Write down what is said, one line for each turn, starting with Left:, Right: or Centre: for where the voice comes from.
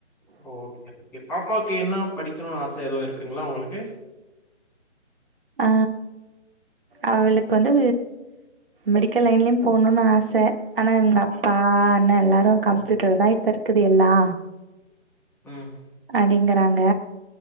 Centre: ஓ ஓகே ஓகே பாப்பாக்கு என்ன படிக்கணூனு ஆச எதோ இருக்குங்களா அவ்ங்களுக்கு
Right: ஆ அவளுக் வந்து மெடிக்கல் லைன்லயு போணூன் ஆச ஆனா இவ்ங்க அப்பா
Centre: ம், ம்,
Right: அண்ண எல்லாரு கம்ப்யூட்டர்தா
Centre: ம்,
Right: இப்ப இருக்குது எல்லா
Centre: ம் ஹூ
Right: அப்டிங்கறாங்க